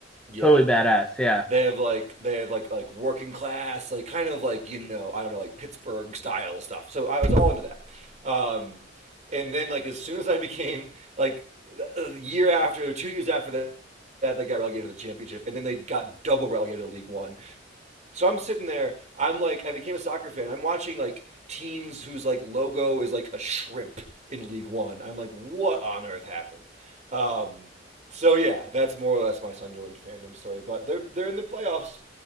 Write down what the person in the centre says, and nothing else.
Totally badass. Yeah.